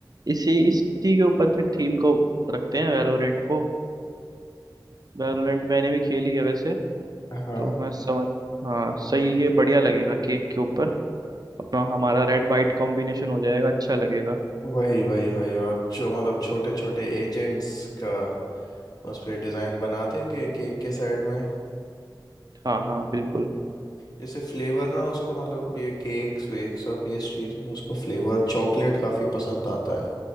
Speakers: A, on the right (about 55°); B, on the left (about 55°).
A: इसी इसी के ऊपर फिर थीम को रखते हैं वैलोरेंट को वैलोरेंट मैंने भी खेली है वैसे
B: हाँ
A: तो मैं समझ हाँ सही ये बढ़िया लगेगा केक के ऊपर अपना हमारा रेड वाइट कॉम्बिनेशन हो जाएगा अच्छा लगेगा
B: वही वही वही और जो मतलब छोटे छोटे एजेंट्स का उस पे डिजाइन बना देंगे केक के साइड में
A: हाँ हाँ बिल्कुल
B: जैसे फ्लेवर ना उसको मतलब ये केक्स वेक्स और पेस्ट्रीज में उसको फ्लेवर चॉकलेट काफी पसंद आता है